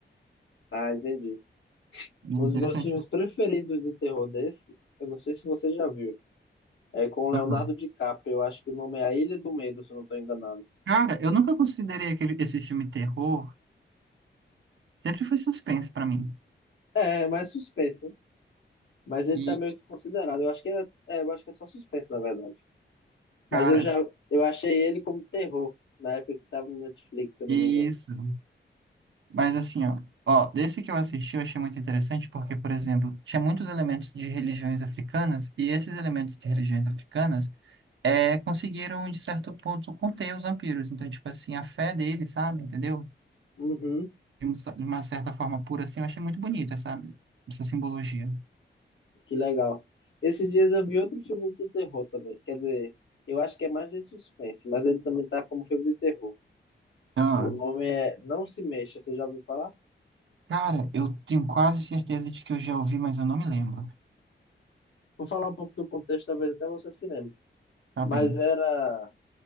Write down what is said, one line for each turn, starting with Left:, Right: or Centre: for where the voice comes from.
Left: Ah, entendi.
Right: Interessante,
Left: Um dos meus filmes preferidos de terror desse, eu não sei se você já viu, é com o Leonardo
Right: né?
Left: DiCaprio. Eu acho que o nome é A Ilha do Medo, se eu não estou enganado.
Right: Cara, eu nunca considerei aquele, esse filme terror. Sempre foi suspense pra mim.
Left: É, é mais suspense. Mas ele
Right: E,
Left: tá meio que considerado. Eu acho que ele é, é, eu acho que é só suspense, na verdade. Mas
Right: cara,
Left: eu já eu achei ele como terror na época que tava no Netflix, se eu não
Right: isso.
Left: me engano.
Right: Mas assim, ó, ó, desse que eu assisti eu achei muito interessante porque, por exemplo, tinha muitos elementos de religiões africanas e esses elementos de religiões africanas é, conseguiram, de certo ponto, conter os vampiros. Então, tipo assim, a fé deles, sabe? Entendeu?
Left: Uhum,
Right: De um- cer- de uma certa forma pura, assim, eu achei muito bonita essa, essa simbologia.
Left: que legal. Esses dias eu vi outro filme de terror também. Quer dizer, eu acho que é mais de suspense, mas ele também tá como filme de terror.
Right: Ah,
Left: O nome é Não Se Mexa, você já ouviu falar?
Right: cara, eu tenho quase certeza de que eu já ouvi, mas eu não me lembro.
Left: Vou falar um pouco do contexto, talvez até você se lembre.
Right: Tá
Left: Mas
Right: bem.
Left: era